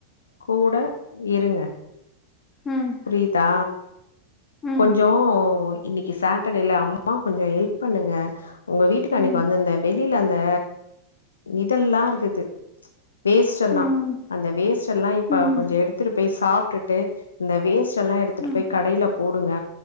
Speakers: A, on the left (about 70°); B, on the left (about 20°).
A: கூட இருங்க
B: ம்
A: புரியுதா
B: ம்
A: கொஞ்ச இன்னைக்கு சாட்டர்டேல அம்மாக் கொஞ்ச ஹெல்ப் பண்ணுங்க உங்க வீட்டுக்கு அன்னைக்கு
B: ம்
A: வந்துந்தே வெளில அந்த இதல்லா ருக்குது வேஸ்டெல்லா
B: ம்
A: அந்த வேஸ்ட் எல்லா இப்ப
B: ம்
A: கொஞ்சோ எடுத்துடு பெய் சாப்டுட்டு இந்த வேஸ்ட் எல்லா எடுத்துட்டு
B: ம்
A: பெய் கடைல போடுங்க